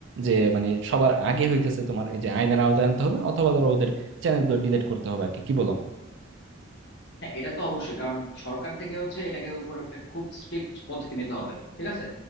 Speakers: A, on the right; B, on the left.
A: যে মানে সবার আগে হইতেছে তোমার এই যে আইনের আওতায় আনতে হবে অথবা ধরো ওদের চ্যানেলগুলো ডিলিট করতে হবে আর কি কি বলো
B: হ্যাঁ এটা তো অবশ্যই কারণ সরকার থেকে হচ্ছে এটাকে উপর একটা খুব স্ট্রিক্ট পদক্ষেপ নিতে হবে ঠিক আছে